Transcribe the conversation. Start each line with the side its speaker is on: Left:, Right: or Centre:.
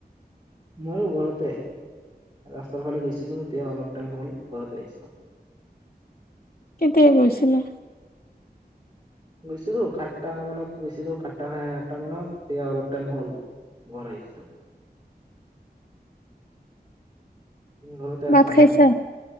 Right: মইও ঘৰতে, ৰাস্তাৰ ফালে গৈছিলো এতিয়া অলপ টাইম হ'ল ঘৰত আহিছো।
Left: কেতিয়া গৈছিলা?
Right: গৈছিলো সাতটা মানত গৈছিলো সাতটা আঠটা মানত এতিয়া অলপ টাইম হ'ল। ঘৰ আহিছোঁ। ঘৰতে আছা
Left: ভাত খাইছা?
Right: ন'